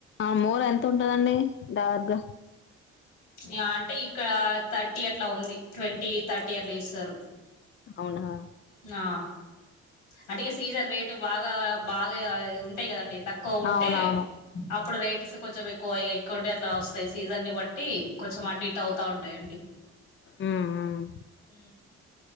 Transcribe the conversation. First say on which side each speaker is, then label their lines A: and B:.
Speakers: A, on the left; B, on the left.
A: ఆ మూర ఎంత ఉంటందండి దాదపుగా
B: ఇగ అంటే ఇక్కడ థర్టీ అట్ల ఉంది ట్వంటీ థర్టీ అట్ల ఇస్తరు
A: అవునా
B: ఆ అంటే ఇగ సీజన్ రేటు బాగా బాగా ఉంటాయి కదండి తక్కువ ఉంటే
A: అవునవును
B: అప్పుడు రేట్ సు కొంచెం ఎక్కువ ఉంటే అట్లా వస్తాయి సీజన్ని బట్టి కొంచం అట్ ఇట్ అవుతా ఉంటాయండి
A: మ్మ్ మ్మ్
B: ఊ